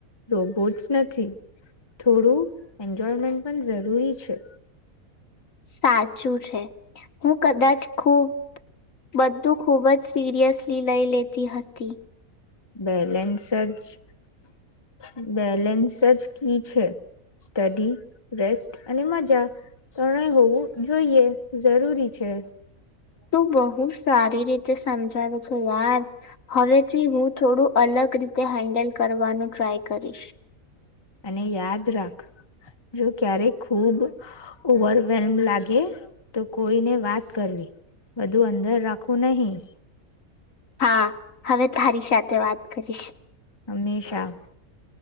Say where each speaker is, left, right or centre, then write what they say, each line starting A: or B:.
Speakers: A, on the left (about 20°); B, on the left (about 65°).
A: રોબોટસ નથી થોડું એન્જોયમેન્ટ પણ જરૂરી છે.
B: સાચું છે હું કદાચ ખુબ બધું ખૂબ જ સિરિયસલી લઈ લેતી હતી.
A: બેલેન્સ જ બેલેન્સ જ કી છે સ્ટડી રેસ્ટ અને મજા ત્રણેય હોવું જોઈએ જરૂરી છે.
B: તું બહુ સારી રીતે સમજાવે યાર હવેથીી હું થોડું અલગ રીતે હેન્ડલ કરવાનું ટ્રાય કરીશ.
A: અને યાદ રાખ જો ક્યારેક ખુબ ઓવરવેલ્મ લાગે તો કોઈને વાત કરવી બધું અંદર રાખવું નહી.
B: હા હવે તારી સાથે વાત કરીશ.
A: હમેશા.